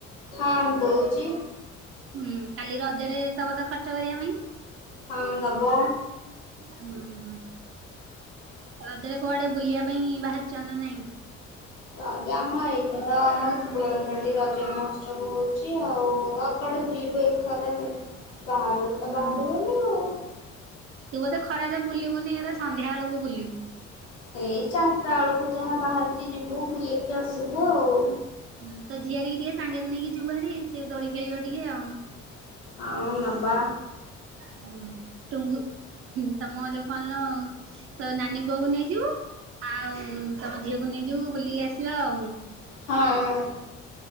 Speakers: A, on the left; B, on the right.
A: ହଁ ଦଉଚି।
B: ହୁଁ କାଲି ରଜରେ ଦବ ତ ଖର୍ଚ୍ଚ କରିବା ପାଇଁ?
A: ହଁ ଦବ।
B: ହୁଁ ହୁଁ। ରଜରେ କୁଆଡେ ବୁଲିବା ପାଇଁ ବାହାରିଛ ନା ନାହିଁ?
A: ରଜ ଆମ ଏଇଠି ତ ଆମ ଶିବ ମନ୍ଦିରଟି ରଜ ମହୋତ୍ସବ ହଉଛି ଆଉ। କୁଆଡେ ବୁଲିବୁ ଏଇ ଖରାରେ ବାହାରକୁ
B: ହୁଁ
A: ତ ବାହାରିବୁନି ଆଉ।
B: ତୁ ବୋଧେ ଖରାରେ ବୁଲିବୁନି ହେଲେ ସନ୍ଧ୍ୟା ବେଳକୁ ବୁଲିବୁ।
A: ସେଇ ଚାରିଟା ବେଳକୁ ଯାହା ବାହାରିକି ଯିବୁ ବୁଲିକି ଆସିବୁ ଆଉ।
B: ହୁଁ ତୋ ଝିଅରିକି ଟିକେ ସାଙ୍ଗରେ ନେଇକି ଜିବୁ ବାହାରୀ ସିଏ ଦୋଳି ଖେଳିବ ଟିକେ ଆଉ।
A: ଆଉ ନବା।
B: ହୁଁ ଟୁଙ୍ଗୁ ତମ ଯୋଉ କଣଲୋ? ତୋ ନାନୀ ପୁଅକୁ ନେଇଜିବୁ ଆଉ ତମ ଝିଅକୁ ନେଇଯିବୁ ବୁଲିକି ଆସିବା ଆଉ।
A: ହଁ।